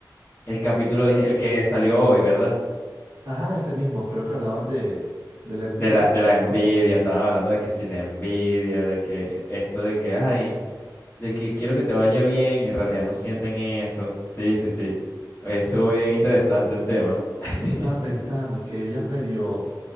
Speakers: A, on the left; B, on the right.
A: El capítulo, die- el que salió hoy, ¿verdad?
B: Ajá, ese mismo. Creo que hablaban de, de la envidia,
A: De la,
B: creo,
A: de la envidia,
B: ¿no?
A: estaban hablando de que si la envidia, de que esto, de que, ay, de que quiero que te vaya bien y en realidad no sienten eso. Sí, sí, sí. Oye, Estuvo
B: Eso,
A: bien interesante el tema. <laughs>
B: eso estaba pensando, que ellas medio,